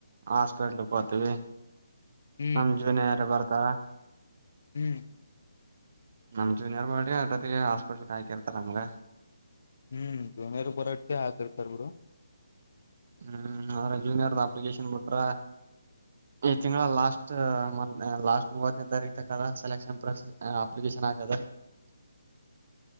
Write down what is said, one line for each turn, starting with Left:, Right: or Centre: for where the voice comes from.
Right: ಹಾಸ್ಪಿಟಲ್ ಗೋತೀವಿ.
Left: ಹ್ಮ್
Right: ನಮ್ ಜೂನಿಯರ್ ಬರ್ತ್. ತ್ತ
Left: ಹ್ಮ್
Right: ನಮ್ ಜೂನಿಯರ್ ಬಾಟಿಗೆ ಆಟತಿಗೆ ಹಾಸ್ಪಿಟ್ಲ್ ಹಾಕಿರ್ತಾರ ನಮ್ಗ.
Left: ಹ್ಮ್ ಜೂನಿಯರ್ ಬರಟಿಗೆ ಹಾಕಿರ್ತಾರ ಬಿಡು.
Right: ಹ್ಮ್ ಅವ್ರ ಜೂನಿಯರ್ ಅಪ್ಲಿಕೇಶನ್ ಬಿಟ್ರ ಈ ತಿಂಗಳ ಲಾಸ್ಟ್ ಲಾಸ್ಟ್ ಮೂವತ್ತನೇ ತಾರೀಕ್ ತಕದ ಸೆಲೆಕ್ಷನ್ ಅಪ್ಲಿಕೇಶನ್ ಹಾಕದ.